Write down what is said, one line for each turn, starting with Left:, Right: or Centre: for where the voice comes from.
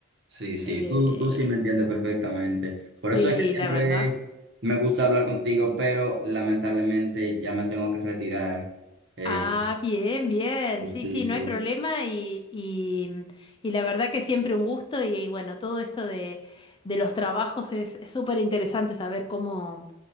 Right: Sí, sí,
Left: Eh,
Right: tú, tú sí me entiendes perfectamente. Por eso
Left: sí,
Right: es que siempre
Left: la verdad.
Right: me gusta hablar contigo, pero lamentablemente ya me tengo que retirar. Eh,
Left: Ah, bien, bien. Sí,
Right: sí,
Left: sí,
Right: sí.
Left: no hay problema y, y, mm, y la verdad que siempre un gusto y, bueno, todo esto de, de los trabajos es es súper interesante saber cómo,